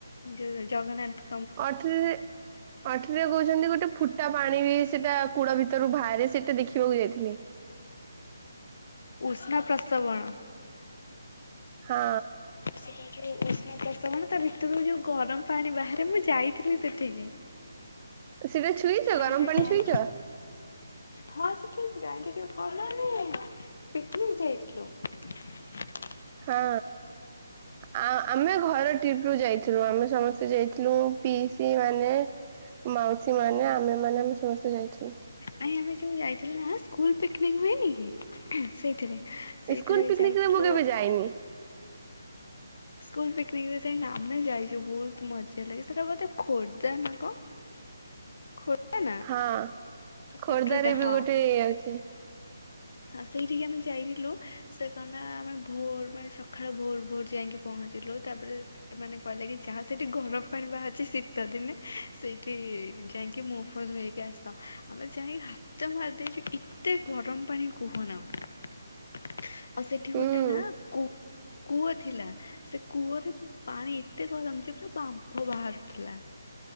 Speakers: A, on the left; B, on the right.
A: ଯୋଉ ଜଗନ୍ନାଥ।
B: ଅଟରୀରେ ଅଟରୀରେ କହୁଛନ୍ତି ଗୋଟେ ଫୁଟା ପାଣି ବି ସେଟା କୁଡା ଭିତ ତେଣୁ ବାହାରେ ସେଟା ଦେଖିବାକୁ ଯାଇଥିଲି
A: ପ୍ନ ପ୍ରସବଣ।
B: ହଁ।
A: ସେଟା ଯୋଉ ଉଷ୍ଣ ପ୍ରସବଣ ତା ଭିତରୁ ଯୋଉ ଗରମ ପାଣି ବାହାରେ ମୁଁ ଯାଇଥିଲି ସେଠିକି।
B: ସିଧା ଛୁଇଁଚ
A: ଆମେ
B: ଗରମ
A: ଯୋଉ
B: ପାଣି
A: ଯାଇ
B: ଛୁଇଁଚ
A: ହଁ ସେଠି ଯାଇକି ଯଉ କହିଲନି ପିକନିକ ଯାଇଥିଲୁ
B: ହଁ ଆ ଆମେ ଘର ଟିପ ରୁ ଯାଇଥିଲୁ ଆମେ ସମସ୍ତେ ଯାଇଥିଲୁ ପିସ୍ ଦି ମାନେ ମାଉସୀ ମାନେ ଆମେ ମାନେ ଆମେ ସମସ୍ତେ ଯାଇଥିଲୁ
A: ନାଇଁ ଆମେ ଯୋଉ ଯାଇଥିଲ ନା ସ୍କୁଲ ପିକନିକ ହୁଏନି କି ସେଇଥିରେ ସେଇଥିରେ
B: ସ୍କୁଲ ପିକନିକରେ
A: ଯାଇଥିଲୁ
B: ମୁ କେବେ ଯାଇନି
A: ସ୍କୁଲ ପିକନିକରେ ଯାଇ ଆମେ ଯାଇଛୁ ବହୁତ ମଜା ଲାଗେ ସେଟା ବୋଧେ ଖୋର୍ଦ୍ଧା ନା କଣ ଖୋର୍ଦ୍ଧା ନା
B: ହଁ।
A: ପାଟୁରିଟା
B: ଖୋର୍ଦ୍ଧାରେ ରେ
A: ହଁ
B: ବି ଗୋଟେ ଇଏ ଅଛି
A: ହଁ ସେଇଠିକି ଆମେ ଯାଇଥିଲୁ ସେ କ ଆମେ ଭୋର ମାନେ ସକାଳ ଭୋର ଭୋର ଯାଇକି ପହଞ୍ଚିଲୁ ତାପରେ ସେମାନେ କହିଲେ କି ଯାହା ସେଇଠି ଗରମ ପାଣି ବାହାରିଛି ଶୀତ ଦିନେ ସେଇଠି ଯାଇକି ମୁହଫୁଅ ଧୋଇ ହେଇକି ଆସ ଆମେ ଯାଇକି ହାତ ମାରି ଦେଇେଇଛୁ ଏତେ ଗରମ ପାଣି କୁହନା ଆଉ ସେଠି
B: ହୁଁ।
A: ଗୋଟେ ନା କୁ କୁଅ ଥିଲା ସେ କୂଅରେ ପାଣି ଏତେ ଗରମ ଯେ ପୁରା ବାମ୍ଫ ବାହାରୁଥିଲା।